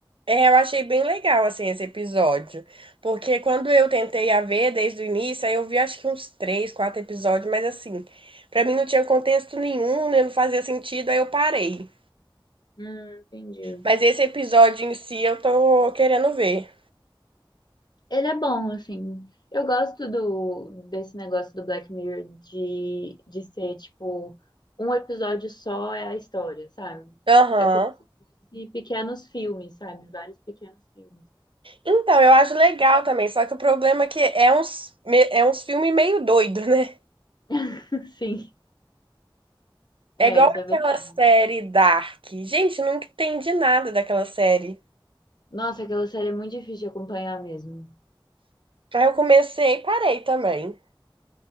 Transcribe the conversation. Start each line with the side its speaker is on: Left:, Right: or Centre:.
Right: É, eu achei bem legal, assim, esse episódio. Porque quando eu tentei a ver desde o início, aí eu vi acho que uns três, quatro episódios, mas assim, pra mim não tinha contexto nenhum, né, não fazia sentido, aí eu parei.
Left: Hum, entendi.
Right: Mas esse episódio em si eu tô querendo ver.
Left: Ele é bom, assim. Eu gosto do, desse negócio do Black Mirror de, de ser, tipo, um episódio só é a história, sabe?
Right: Aham.
Left: É como se fosse pequenos filmes, sabe? Vários pequenos filmes.
Right: Então, eu acho legal também, só que o problema é que é uns, me- é uns filmes meio doido, né?
Left: <laughs> Sim,
Right: É
Left: é,
Right: igual
Left: isso é
Right: aquela
Left: verdade.
Right: série Dark. Gente, eu nunca entendi nada daquela série.
Left: Nossa, aquela série é muito difícil de acompanhar mesmo.
Right: Aí eu comecei e parei também.